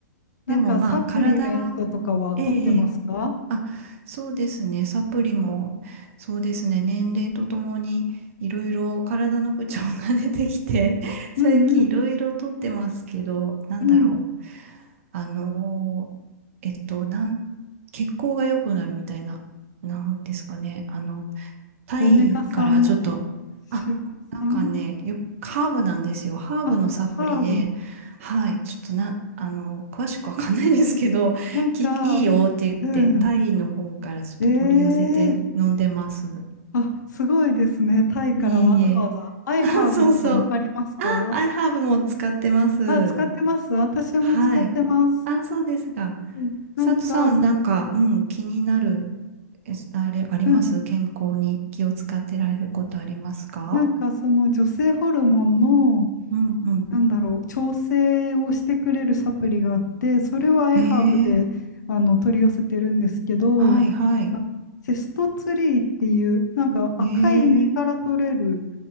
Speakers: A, on the left; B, on the right.
A: なんかサプリメントとかは取ってますか
B: でもまあ体は、ええええあ、そうですね。サプリも、そうですね。年齢とともにいろいろ体の不調が出てきて、<laughs> 最近いろいろとってますけど、
A: うんうん
B: なんだろう。
A: うん。
B: あのーえっと、なん、血行が良くなるみたいな、なんですかね。あの、タイからちょっと、
A: オメガ3、
B: あ、
A: 脂肪酸
B: なんかね、よ、ハーブなんですよ。ハーブのサプリで、
A: あ、ハーブ。
B: はい、ちょっとな、あの、詳しくわかんないんですけど、
A: なんか、
B: <laughs> き、いいよって言って、
A: うん。
B: タイの方からちょっと取り寄せて飲んでます。
A: ええあ、すごいですね。タイからわざわざ。
B: いえいえ。
A: アイハーブとかわかりますか
B: <laughs> あ、そうそう。あ、アイハーブも使ってます。
A: あ、使ってます。私も使ってます。
B: はい。あ、そうですが。
A: うん。なんか、
B: 佐藤さん、なんか、うん、気になる、えあれ、あります健康に気を使ってられることありますか
A: うん。なんかその女性ホルモンの、
B: うんうん。
A: なんだろう、調整をしてくれるサプリがあって、それはエハーブであの取り寄せてるんですけど、
B: ええはいはい。
A: セストツリーっていう、なんか赤い実から取れる、
B: ええ